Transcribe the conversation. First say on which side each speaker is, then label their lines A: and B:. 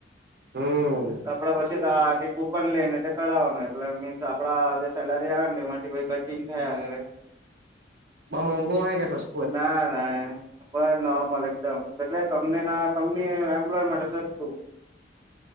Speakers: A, on the right; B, on the right.
A: હમ
B: આપડા પાછી તો કુપન લઈ ને તે કરઢાવવાનું એટલે મીન્સ આપડા જે સેલરી આવે ને એમાંથી કટિંગ થયા અગરે
A: બ મંગુ હાય કે સ
B: ના ના બસ નોર્મલ એકદમ એટલે કંપની કંપની એમ્પ્લોય માટે સસ્તું